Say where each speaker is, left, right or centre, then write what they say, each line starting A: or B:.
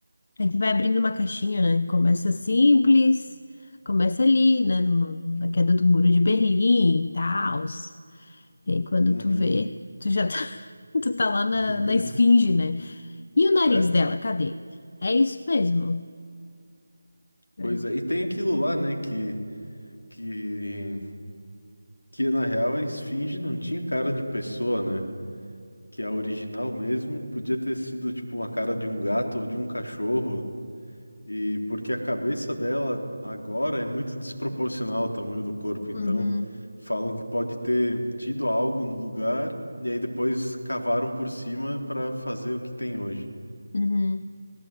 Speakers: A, on the left; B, on the left.
A: É que vai abrindo uma caixinha, né? Começa simples, começa ali, né? no- Na queda do muro de Berlim e tal. E aí quando
B: Uhum.
A: tu vê, tu já tá, <laughs> tu tá lá na,
B: <laughs>
A: na esfinge, né? E o nariz
B: É,
A: dela, cadê? É isso mesmo. É.
B: pois é. E tem aquilo lá, né, que que, que na real a esfinge não tinha cara de pessoa, né? Que a original mesmo podia ter sido tipo uma cara de um gato ou de um cachorro. E porque a cabeça dela agora é muito desproporcional ao tamanho do corpo, então
A: Uhum,
B: falam que pode ter tido algo no lugar e aí depois cavaram por cima para fazer o que tem hoje.
A: uhum.